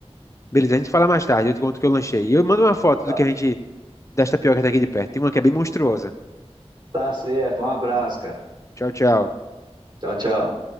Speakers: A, on the left; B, on the right.
A: Beleza, a gente fala mais tarde, eu te conto o que eu lanchei. E eu mando uma foto
B: Tá,
A: do que a gente, das tapiocas daqui de perto. Tem uma que é bem monstruosa.
B: tá certo. Um abraço, cara.
A: Tchau, tchau.
B: Tchau, tchau.